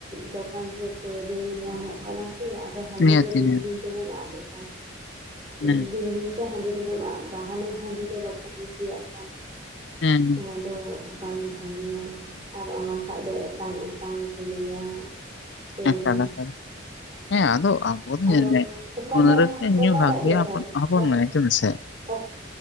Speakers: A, on the right; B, on the left.
A: ᱫᱚᱠᱟᱱ ᱨᱮ ᱯᱟᱹᱣᱨᱟᱹ ᱧᱟᱢᱚᱜ ᱠᱟᱱᱟ ᱥᱮ ᱟᱨᱼᱼ ᱦᱟᱹᱰᱤᱸ
B: ᱱᱤᱦᱟᱹᱛᱤ
A: ᱫᱚ ᱫᱤᱱ
B: ᱱᱤᱦᱟᱹᱛᱤ
A: ᱫᱤᱱ ᱛᱮᱵᱚ ᱟᱫ ᱮᱫᱟ ᱾
B: ᱦᱩᱸ
A: ᱫᱤᱱ ᱫᱤᱱ ᱦᱟᱹᱰᱤᱸ ᱫᱚᱵᱚᱱ ᱟᱫ ᱮᱫᱟ ᱦᱟᱱᱮ ᱦᱟᱹᱰᱤᱸ ᱫᱚ ᱵᱟᱠᱚ ᱠᱩᱥᱤᱭᱟᱜ ᱠᱟᱱᱟ
B: ᱦᱮᱸ
A: ᱚᱱᱟ ᱫᱚᱼᱼ ᱵᱟᱝ ᱵᱷᱟᱹᱜᱤᱭᱟ ᱟᱨ ᱚᱱᱟ ᱠᱷᱟᱱ ᱫᱚ ᱮᱛᱟᱝ ᱮᱛᱟᱝ ᱠᱚ ᱞᱟᱹᱭᱟ᱾ ᱯᱟᱹᱣᱨᱟᱹ
B: <unintelligible> ᱟᱫᱚᱜᱼᱟ ᱟᱵᱚ ᱫᱚ
A: ᱟᱫᱚ
B: ᱧᱮᱞ ᱢᱮ
A: ᱚᱠᱟᱴᱟᱜ
B: ᱯᱟᱹᱨᱩᱭᱟ ᱠᱤ ᱧᱩ
A: ᱚᱠᱟᱴᱟᱜ
B: ᱵᱷᱟᱜᱮᱭᱟ
A: ᱡᱚᱛᱷᱟᱛ
B: ᱦᱚᱯᱚᱱ ᱦᱚᱯᱚᱱ
A: ᱚᱠ
B: ᱢᱟᱹᱭ ᱟᱡᱚᱢ ᱢᱮ ᱥᱮᱼᱼ
A: ᱚᱠ